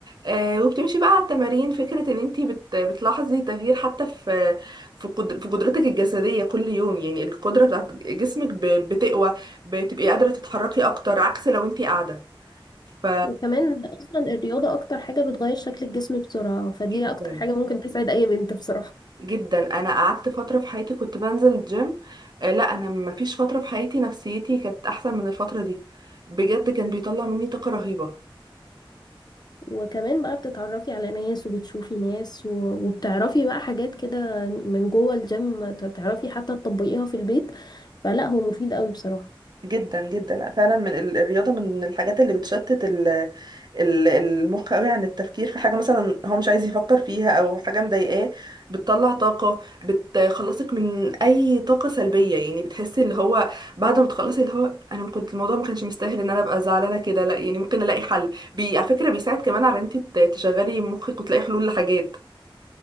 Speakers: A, on the right (about 50°); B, on the left (about 50°).
A: أه وبتمشي بقى على التمارين فكره ان انت بت بتلاحظي تغيير حتى في في قدر في قدرتك الجسديه كل يوم يعني القدره بتاعت جسمك ب- بتقوى بتبقي قادره تتحركي اكتر عكس لو انت قاعده ف
B: وكمان أصلا الرياضة أكتر حاجة بتغير شكل الجسم بسرعة فدي
A: جدا
B: أكتر حاجة ممكن تسعد أي بنت بصراحة
A: جدا انا قعدت فتره في حياتي كنت بنزل الجيم آه، لا انا ما فيش فتره في حياتي نفسيتي كانت احسن من الفتره دي بجد كان بيطلع مني طاقه رهيبه
B: وكمان بقى بتتعرفي على ناس وبتشوفي ناس و... وبتعرفي بقى حاجات كده من جوه الجيم ت- تعرفي حتى تطبقيها في البيت فلا هو مفيد قوي بصراحة
A: جدا جدا لأ، فعلا من ال- الرياضة من الحاجات اللي بتشتت ال- ال- المخ قوي عن التفكير في حاجة مثلا هو مش عايز يفكر فيها او حاجة مضايقاه بتطلع طاقة بتخلصك من اي طاقة سلبية يعني بتحسي اللي هو بعد ما تخلصي اللي هو انا كنت الموضوع ما كانش مستاهل ان انا ابقى زعلانة كده لا يعني ممكن الاقي حل بي على فكرة بيساعد كمان على ان انت ت- تشغلي مخك وتلاقي حلول لحاجات